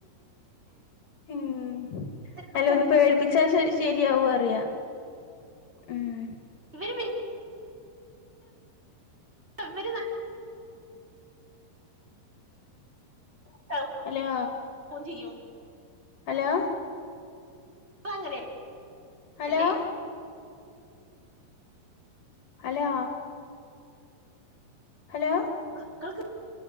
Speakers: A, on the left; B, on the right.
A: ഉം
B: നമുക്കൊന്നും
A: അല്ലെ ഒന്ന് പേടിപ്പി ച്ച ശ ശരിയാവും അറിയ ഉം
B: ഇവര് പിന്നെ ഇവര് <unintelligible> ട്ടവു
A: ഹലോ
B: ഫോൺ ചെയ്യും
A: ഹലോ
B: <unintelligible> അങ്ങനെ
A: ഹലോ
B: അല്ലേ
A: ഹലോ ഹലോ
B: മക്കൾക്ക്